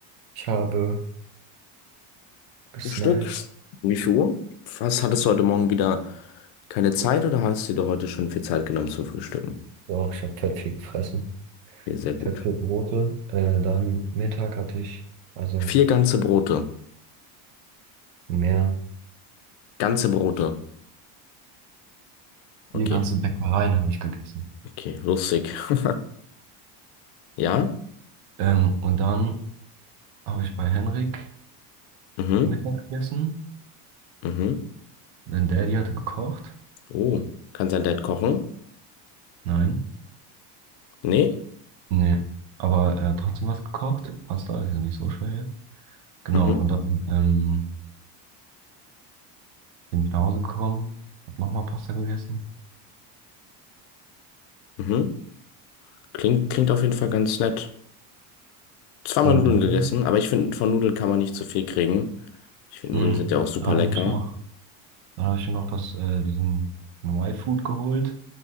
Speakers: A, on the right; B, on the left.
A: Ich habe gesnackt.
B: Frühstück? Wie viel Uhr? Was hattest du heute Morgen wieder keine Zeit oder hast du dir heute schon viel Zeit genommen zum Frühstücken?
A: Doch, ich habe fett viel gefressen.
B: Okay, sehr gut.
A: Fett viel Brote. Äh, dann Mittag hatte ich, also
B: Vier ganze Brote.
A: mehr.
B: Ganze Brote. Okay,
A: Die ganze Bäckereien habe ich gegessen.
B: okay, lustig. <laughs> Ja?
A: Ähm, und dann habe ich bei Henrik
B: Mhm,
A: Mittag gegessen.
B: mhm.
A: Sein Daddy hatte gekocht.
B: Oh, kann sein Dad kochen?
A: Nein,
B: Nee?
A: nee. Aber er hat trotzdem was gekocht. Pasta ist ja nicht so schwer jetzt. Genau,
B: Mhm,
A: und dann ähm, bin ich nach Hause gekommen, habe nochmal Pasta gegessen.
B: mhm. Klingt, klingt auf jeden Fall ganz nett. Zweimal
A: Und
B: Nudeln
A: dann
B: gegessen, aber ich finde, von Nudeln kann man nicht zu viel kriegen. Ich finde,
A: Mhm.
B: Nudeln sind ja auch super
A: Dann
B: lecker.
A: habe ich noch, dann habe ich mir noch das, äh, diesen, diesen Y-Food geholt.